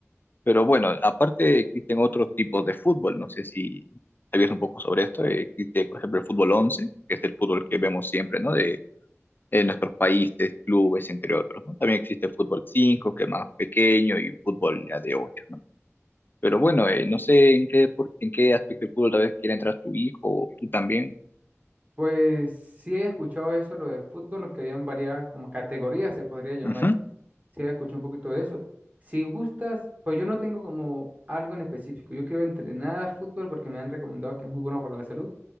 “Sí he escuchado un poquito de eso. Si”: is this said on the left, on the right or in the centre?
Right